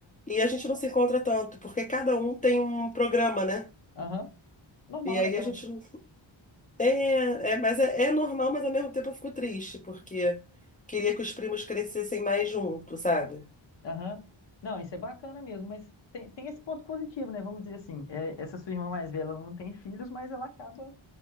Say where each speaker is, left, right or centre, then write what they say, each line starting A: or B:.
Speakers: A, on the left; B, on the left.
A: E a gente não se encontra tanto, porque cada um tem um programa, né?
B: Aham. Normal,
A: E aí
B: né? Aquela...
A: a gente. não- É, é, mas é, é normal, mas ao mesmo tempo eu fico triste, porque queria que os primos crescessem mais juntos, sabe?
B: Aham. Não, isso é bacana mesmo, mas tem, tem esse ponto positivo, né? Vamos dizer assim. é, essa sua irmã mais velha, ela não tem filhos, mas ela acaba